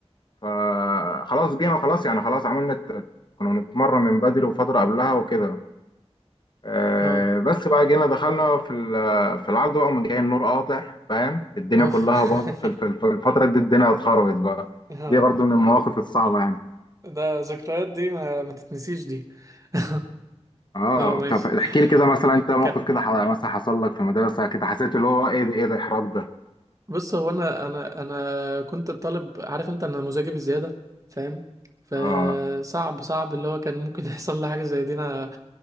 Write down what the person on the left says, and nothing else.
فخلاص جينا وخلاص يعني خلاص عملنا الت- كنا بنتمرن من بدري وفترة قبلها وكده آه،
بس بقى جينا دخلنا في ال- في العرض بقى ومن جاي النور قاطع فاهم الدنيا
كلها باظت في
الف- في الفترة دي الدنيا اتخربت بقى
دي برضو من المواقف الصعبة يعني
اه
طب احكي لي كده مثلا انت موقف
كده ح- مثلا حصل لك في المدرسة كده حسيت اللي هو ايه ده ايه الاحراج ده
اه